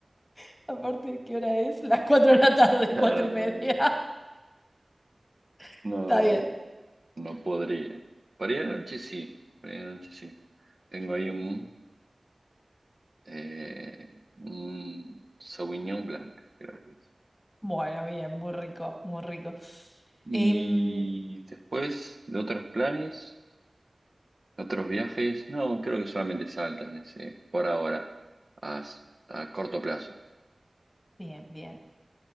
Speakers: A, on the left (about 25°); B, on the right (about 45°).
A: <laughs> Aparte, ¿qué hora es? Las cuatro de la tarde,
B: Claro,
A: <laughs> cuatro y media.
B: no, no,
A: <laughs>
B: no,
A: Está bien.
B: no podría. Para ir a la noche sí, para ir a la noche sí. Tengo ahí un, eh, un Sauvignon Blanc, creo que es.
A: Bueno, bien, muy rico, muy rico.
B: Y
A: Em,
B: después de otros planes. ¿Otros viajes? No, creo que solamente Salta en ese, por ahora, a, a corto plazo.
A: Bien, bien.